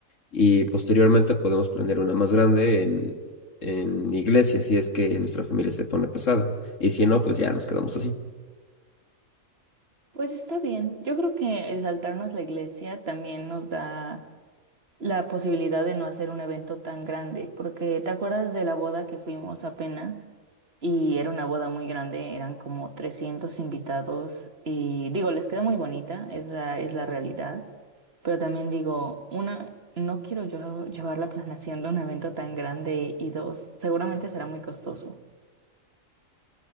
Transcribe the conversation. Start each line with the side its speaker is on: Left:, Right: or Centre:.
Left: Y posteriormente podemos planear una más grande en, en iglesia, si es que nuestra familia se pone pesada. Y si no, pues ya nos quedamos así.
Right: Pues está bien, yo creo que el saltarnos la iglesia también nos da la posibilidad de no hacer un evento tan grande, porque ¿te acuerdas de la boda que fuimos apenas? Y era una boda muy grande, eran como 300 invitados y digo, les quedó muy bonita, esa es la realidad, pero también digo, una, no quiero yo llevar la planeación de un evento tan grande y dos, seguramente será muy costoso.